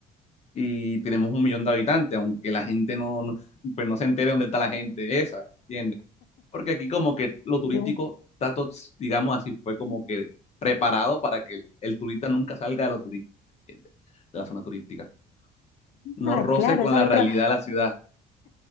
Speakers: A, on the left (about 40°); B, on the left (about 70°).
A: y tenemos un millón de habitantes, aunque la gente no, no- pues no se entere de dónde está la gente esa, ¿entiendes? Porque aquí como que lo turístico
B: Cl-
A: está todo, digamos así, fue como que preparado para que el, el turista nunca salga de lo turístico, ¿entiendes? De la zona turística. No
B: Ah,
A: roce
B: claro,
A: con
B: ya
A: la
B: lo
A: realidad
B: creo.
A: de la ciudad.